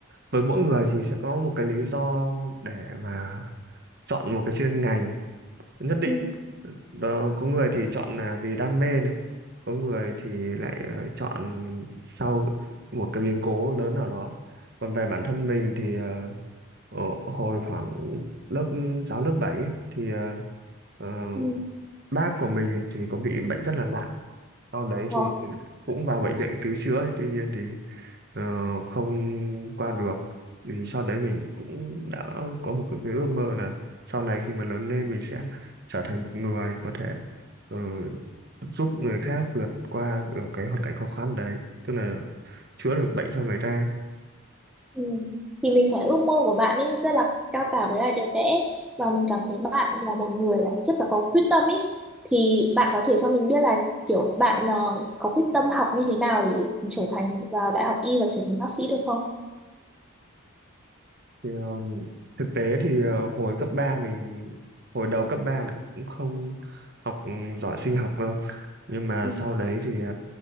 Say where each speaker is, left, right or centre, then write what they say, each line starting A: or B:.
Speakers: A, on the right; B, in the centre.
A: với mỗi người thì sẽ có một cái lý do để mà chọn một cái chuyên ngành nhất định
B: ừ.
A: đó, có người thì chọn là vì đam mê này có người thì lại ờ, chọn sau một cái biến cố lớn nào đó còn về bản thân mình thì ờ, ở hồi khoảng lớp 6 lớp 7 ấy, thì ờ, ờ,
B: Ừ.
A: bác của mình thì có bị bệnh rất là nặng sau đấy
B: ờ.
A: thì cũng vào bệnh viện cứu chữa tuy nhiên thì ờ, không qua được vì sau đấy mình cũng đã có một cái, cái ước mơ là sau này khi mà lớn lên mình sẽ trở thành một người có thể ờ, giúp người khác vượt qua được cái hoàn cảnh khó khăn đấy tức là chữa được bệnh cho người ta
B: Ừ. Thì mình thấy ước mơ của bạn ấy rất là cao cả với lại đẹp đẽ và mình cảm thấy bạn là một người là rất là có quyết tâm ấy thì bạn có thể cho mình biết là kiểu bạn ờ, có quyết tâm học như thế nào để trở thành vào đại học y và trở thành bác sĩ được không?
A: Thì, um, thực tế thì uh, hồi cấp 3 mình hồi đầu cấp 3 mình cũng không học ừ, giỏi sinh học đâu nhưng mà
B: Ừ.
A: sau đấy thì uh,